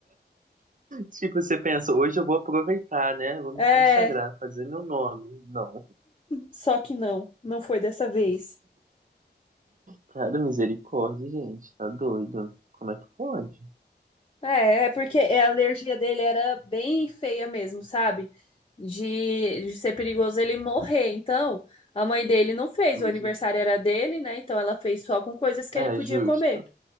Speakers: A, on the right (about 45°); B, on the left (about 30°).
A: Tipo, você pensa, hoje eu vou aproveitar, né? Vou
B: É,
A: me consagrar, fazer meu nome. Não.
B: só que não, não foi dessa vez.
A: Cara, misericórdia, gente, tá doido. Como é que pode?
B: É, é porque a alergia dele era bem feia mesmo, sabe? De, de ser perigoso ele morrer. Então, a mãe dele não fez,
A: Cruzes.
B: o aniversário era dele, né? Então ela fez só com coisas que
A: É,
B: ele podia
A: justo.
B: comer.